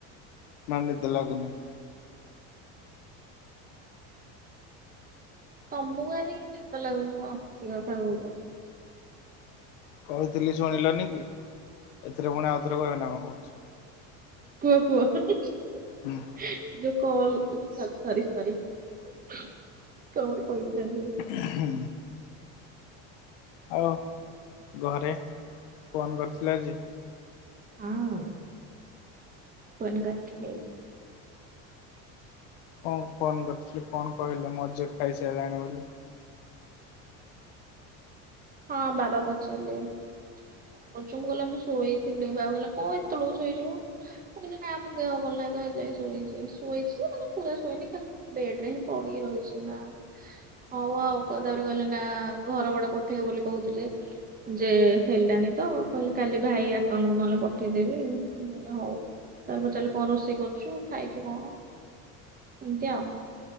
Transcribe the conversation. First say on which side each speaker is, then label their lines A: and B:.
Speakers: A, on the left (about 85°); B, on the right (about 25°).
A: ମାନେ ନିଦ ଲାଗୁନି।
B: ତମକୁ ଆଜି କି ନିଦ ଲାଗୁନି ମ? ଅତି କଥା କହୁଚ?
A: କହିଥିଲି ଶୁଣିଲନି କି, ଏଥିରେ ପୁଣି ଆଉ ଥରେ କହିବ ନା କଣ କହୁଛ?
B: କୁହ କୁହ
A: ହୁଁ
B: ଯୋଉ କଲ୍ ସରି ସରି ସରି କଁ ଗୋଟେ କହିବି ଜାଣିନି ଆଉ
A: ହୁଁ ଆଉ ଘରେ ଫୋନ୍ କରିଥିଲେ ଆଜି?
B: ହଁ ଫୋନ୍ କରଥିଲେ।
A: କଣ ଫୋନ କରିଥିଲେ କଣ କହିଲେ, ମୋ ଝିଅ ଖାଇସାଇଲାଣି ବୋଲି। <inaudible>
B: ହଁ ବାବା ପଚାରିଲେ? <unintelligible> ଶୋଇଥିଲି ବାବା କହିଲା କଁ ଏତେବେଳକୁ ଶୋଇଚୁ ମ? ମୁଁ କହିଲି ନା ମୋ ଦେହ ଭଲ ନାହିଁ ତ ହେଥି ଲାଗିଶୋଇଚି, ଶୋଇଛି ମାନେ ପୁରା ଶୋଇନି ଖାଲି ବେଡ ରେ ହିଁ ପଡିକି ରହିଛି ନା, ହଉ ଆଉ କ ତାପରେ କହିଲେ ନା, ଘର ଭଡ଼ା ପଠେଇବ ବୋଲି କହୁଥିଲେ। ଯେ ହେଲାନି ତ କହିଲେ କାଲି ଭାଇ ଆକାଉଣ୍ଟକୁ ନହେଲେ ପଠେଇଦେବି, ମୁଁ କହିଲି ହଉ ତା ପରେ ପଚାରିଲେ କଣ ରୋଷେଇ କରୁଛୁ ଖାଇଛୁ କଣ ଏମିତିଆ ଆଉ।